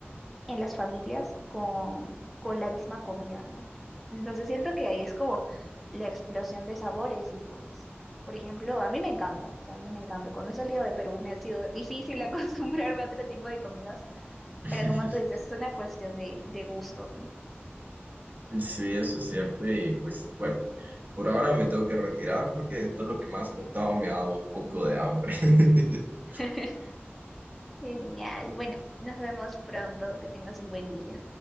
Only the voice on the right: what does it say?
<laughs>
Sí, eso es cierto y pues bueno, por ahora me tengo que retirar porque todo lo que me has contado me ha dado un poco de hambre. <laughs>